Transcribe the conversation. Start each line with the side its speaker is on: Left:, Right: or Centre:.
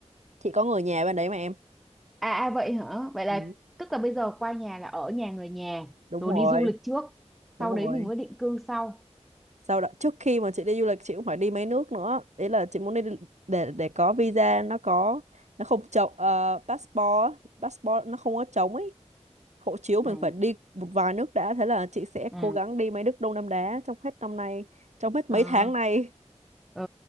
Right: Chị có người nhà bên đấy mà em.
Centre: À, à vậy hả? Vậy là
Right: Ừ,
Centre: tức là bây giờ qua nhà là ở nhà người nhà,
Right: đúng
Centre: rồi
Right: rồi,
Centre: đi du lịch trước,
Right: đúng
Centre: sau
Right: rồi.
Centre: đấy mình mới định cư sau.
Right: Sau đó, trước khi mà chị đi du lịch, chị cũng phải đi mấy nước nữa. Ý là chị muốn đi để để có visa, nó có, nó không trống, ờ, passport, passport nó không có trống ấy. Hộ chiếu mình
Centre: Ừ.
Right: phải đi một vài nước đã. Thế là chị sẽ
Centre: Ừ.
Right: cố gắng đi mấy nước Đông Nam Á trong hết năm nay, trong hết
Centre: Ờ,
Right: mấy tháng này.
Centre: ờ,